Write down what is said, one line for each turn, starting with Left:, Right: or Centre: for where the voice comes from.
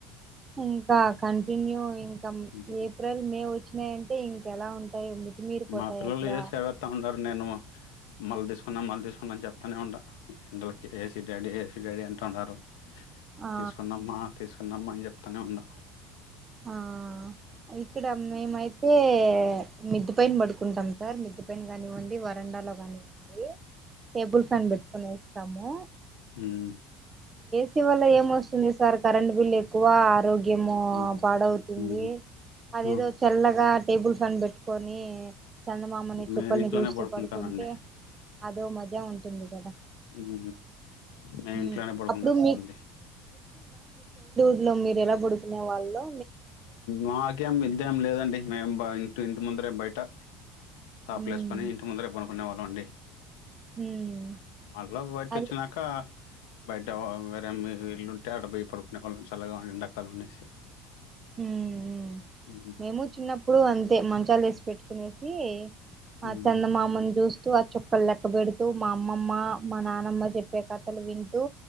Right: ఇంకా కంటిన్యూ ఇంకా
Left: హుహుహు.
Right: ఏప్రిల్ మే వచ్చి అంటే ఇంకెలా ఉంటాయి మితిమీరిపోతాయి
Left: మా పిల్లలు
Right: అప్పుడు
Left: ఏసేవస్తా ఉండారు నేను మళ్ళ తీసుకున్నాం మళ్ళ తీసుకున్నాం అని చెప్తానే ఉంటా ఎండల ఏసి డాడి ఏసి డాడి అన్ ంటున్నారు
Right: ఆ
Left: తీసుకున్నామ్మా తీసు కున్నమ్మ అని చెప్తానే ఉండా
Right: ఆ ఇక్కడ మేమైతే మిద్దు పైన పడుకుంటాం సార్ మిద్దు పైన కానివ్వండి వరండాలో కానివ్వండి టేబుల్ ఫ్యాన్ పెట్కునేసీ తము
Left: ఉం
Right: సీ వల్ల ఏమస్తుంది సార్ కరెట్ బిల్ ఎక్కువ ఆరోగ్య ఏమ్మో
Left: హ్మ్.
Right: అవుతుంది
Left: హ్మ్.
Right: అదేదో
Left: ఆ!
Right: చల్లగా టేబుల్ ఫ్యాన్ పెట్టుకొని చందమామని
Left: నేను
Right: చుక్కల్ని
Left: ఇంట్లోనే
Right: చూస్తూ
Left: పడుకుంటానండి
Right: పడుకుంటే అదో మ గా ఉంటుంది కదా
Left: ఊమ్ మేము
Right: ఉమ్,
Left: ఇంట్లోనే పడుకునేస్తామండి
Right: అప్పుడు మీ ఇంట్లో మీరు ఎలా పడుకునే వాల్లో
Left: మాకేం మిద్దేం లేదండి మేమ్ బ ఇటి ఇంటి ముందరే బయట సప్లెసుకొని
Right: ఉమ్,
Left: ఇంటి ముందరే బ కొన్నవాళ్ళమ్ అండి
Right: ఉమ్,
Left: మళ్ళా బయట
Right: అది
Left: వచ్చినాక బయట వేరే మి ఇల్లుంటే ఆడ పోయి పడుకునే వాళ్ళం సల్లగా ఉ ఎండాకాలం అనేసి
Right: ఊమ్ మ్
Left: హ్మ్.
Right: మేము చిన్నప్పుడు అంతే మంచాలు వేసి పెట్టుకునే ది ఆ
Left: హ్మ్.
Right: చందమామన్ జూస్ తో ఆ చొక్కల్ లెక్కబెడుతూ మా అమ్మమ్మ మా నానమ్మ చెప్ ప్పే కథలు వింటూ